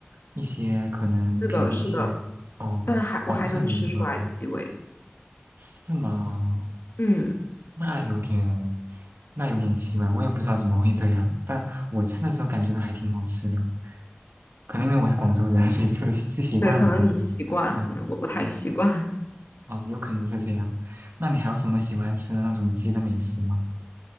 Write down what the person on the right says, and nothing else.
一些可能别的一些哦黄色的一个，
嗯，是吗？
那有点，那有点奇怪，我也不知道怎么会这样，但我吃的时候感觉到还挺好吃的，可能因为我是广州人，<laughs> 所以吃的吃习惯了吧，
可能，嗯嗯
哦，有可能是这样。那你还有什么喜欢吃的那种鸡的美食吗？